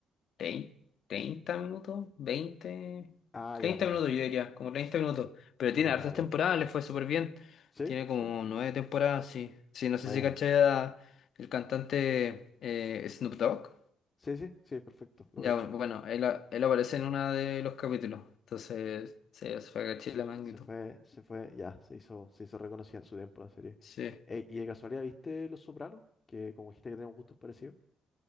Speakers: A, on the left; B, on the left.
A: Trein- 30 minutos, 20
B: Ah,
A: 30
B: ya, buena,
A: minutos yo diría, como 30 minutos. Pero
B: buena,
A: tiene hartas
B: buena.
A: temporadas, le fue súper bien.
B: ¿Sí?
A: Tiene como
B: ¿Sí?
A: nueve temporadas, sí. Sí, no
B: Buena.
A: sé si caché a el cantante eh, Snoop Dogg.
B: Sí, sí, sí, perfecto, lo
A: Ya,
B: cacho.
A: bueno, él, él aparece en uno de los capítulos. Entonces, sí, eso fue caché la magnitud.
B: Se fue, se fue, ya, se hizo, se hizo reconocida en su tiempo la serie.
A: Sí.
B: Ey, y de casualidad, ¿viste Los Sopranos? Que como dijiste que tenemos gustos parecidos.